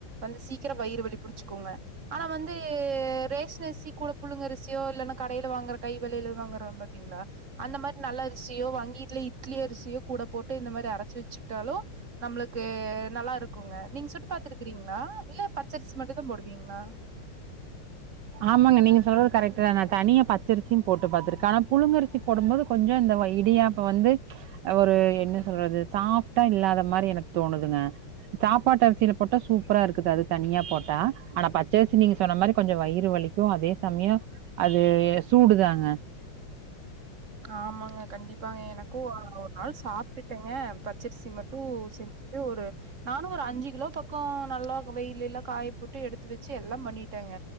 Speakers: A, on the right; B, on the right.
A: வந்து சீக்கிர வயிறு வலி புடிச்சுக்கோங்க ஆனா வந்து ரேஷன் அரிசி கூட புழுங்க அரிசியோ இல்லன்னா கடையில வாங்குற கை வலையில வாங்குறோ பாத்தீங்களா அந்த மாரி நல்ல அரிசியோ வங்கீ இல்ல இட்லி அரிசியோ கூட போட்டு இந்த மாரி அரைச்சு வச்சுக்கிட்டாலு நம்ளுக்கு நல்லா இருக்குங்க நீங்க சுட்டு பாத்துருக்கறீங்களா இல்ல பச்சரிசி மட்டுத்தா போடுவீங்களா
B: ஆமாங்க நீங்க சொல்றது கரெக்டுதா நா தனிய பச்சரிசியு போட்டு பாத்திருக்க ஆனா புழுங்க அரிசி போடும் போது கொஞ்சோ இந்த இடியாப்பம் வந்து ஒரு என்ன சொல்றது சாஃப்டா இல்லாத மாரி எனக் தோணுதுங்க சாப்பாட்டு அரிசியில போட்டா சூப்பரா இருக்குது அது தனியா போட்டா ஆனா பச்சரிசி நீங்க சொன்ன மாரி கொஞ்சம் வயிறு வலிக்கு அதே சமயம் அது சூடுதாங்க
A: ஆமாங்க கண்டிப்பாங்க எனக்கு ஒரு நாள் சாப்டுட்டே பச்சரிசி மட்டு செஞ்சிட்டு ஒரு நானு ஒரு அஞ்சு கிலோ பக்கோ நல்லா வெயிலல்ல காய போட்டு எடுத்து வெச்சு எல்லா பண்ணிட்டேங்க